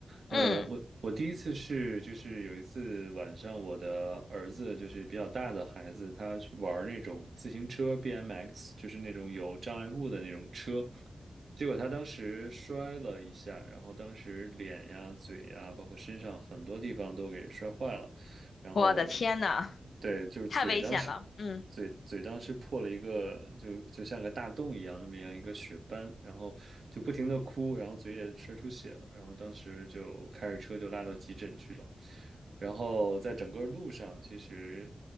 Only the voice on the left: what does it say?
嗯，
我的天呐，
太危险了。嗯